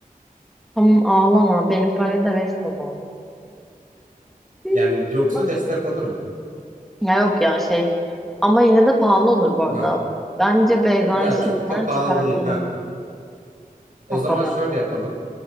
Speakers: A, in the centre; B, on the right (about 65°).
A: Tamam ağlama benim parayı da verirsin o zaman. Hı,
B: Yani yoksa
A: Nasıl?
B: destek olurum.
A: Ya yok ya şey ama yine de pahalı olur bu arada.
B: Ha.
A: Bence Beyza'yı
B: Ya
A: şimdiden
B: çok da pahalı
A: çıkartalım
B: değil. Ha. O
A: kafadan.
B: zaman şöyle yapalım.